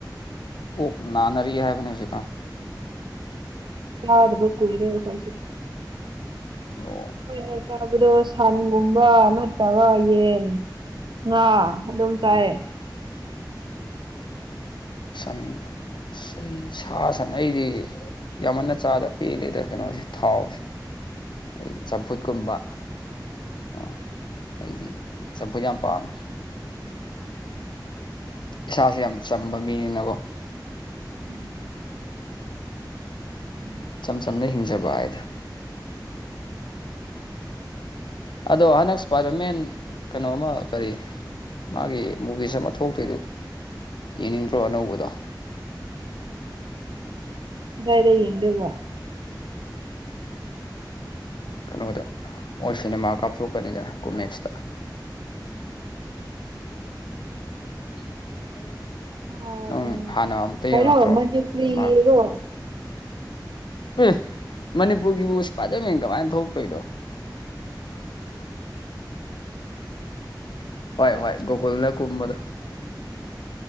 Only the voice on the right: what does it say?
ꯆꯗꯕꯀꯨꯏꯔꯦ ꯑꯈꯣꯏꯁꯨ
ꯑꯩꯈꯣꯏꯅ ꯆꯥꯕꯗꯣ ꯁꯟꯒꯨꯝꯕ ꯅꯠꯇ꯭ꯔꯒ ꯌꯦꯟ ꯉꯥ ꯑꯗꯨꯝ ꯆꯥꯏꯌꯦ
ꯎꯝ <unintelligible>
ꯀꯥꯗꯏꯗ ꯌꯦꯡꯗꯣꯏꯕꯣ
ꯑꯣ
ꯎꯝ
ꯀꯩꯅꯣ ꯃꯅꯤꯄꯨꯔꯤ
ꯔꯣ